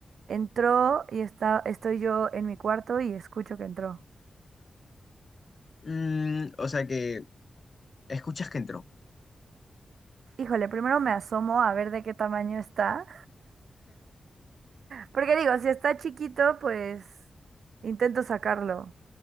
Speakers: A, on the right; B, on the left.
A: entró y está, estoy yo en mi cuarto y escucho que entró.
B: Mm, o sea que escuchas que entró.
A: Híjole, primero me asomo a ver de qué tamaño está, porque digo, si está chiquito, pues intento sacarlo.